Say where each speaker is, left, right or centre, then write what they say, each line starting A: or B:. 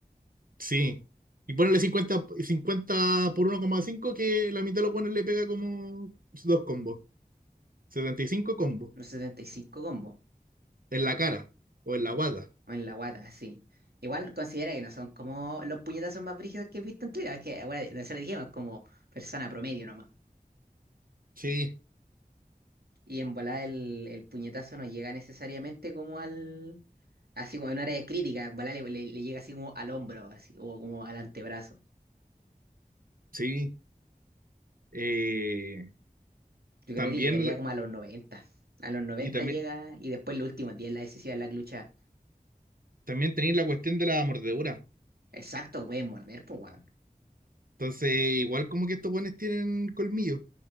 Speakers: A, on the right; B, on the right.
A: Sí. Y ponele 50 50 por uno coma cinco que la mitad de los weones le pega como dos combos. setenta y cinco combos.
B: Unos 75 combos.
A: En la cara o en la guata.
B: O en la guata, sí. Igual considera que no son como los puñetazos más brígidos que he visto en Twitter. Es que, bueno, nosotros dijimos como persona promedio nomás.
A: Sí.
B: Y en volada el, el puñetazo no llega necesariamente como al... Así como en un área crítica. En volada le, le- le llega así como al hombro, así, o como al antebrazo.
A: Sí, eh,
B: Yo
A: también,
B: creo que llegaría
A: l-
B: como a los noventa A los 90
A: y también,
B: llega y después los últimos 10 la decisión de la lucha.
A: también tenéis la cuestión de la mordedura.
B: Exacto, pueden morder, pues, weón.
A: Entonces, igual como que estos buenos tienen colmillo.